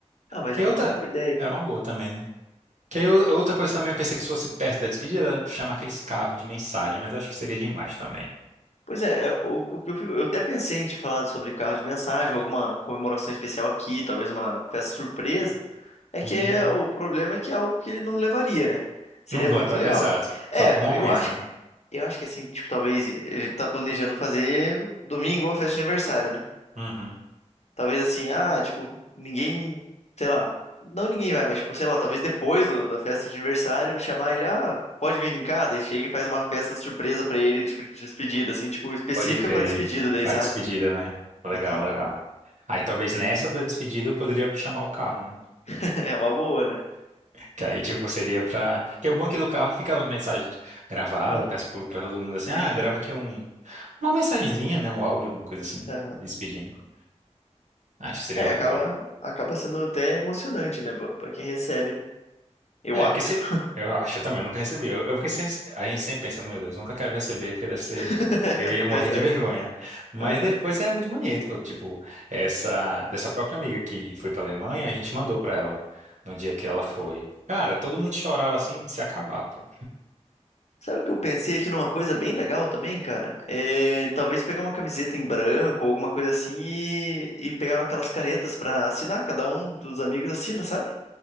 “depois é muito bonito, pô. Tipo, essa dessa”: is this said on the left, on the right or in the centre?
Right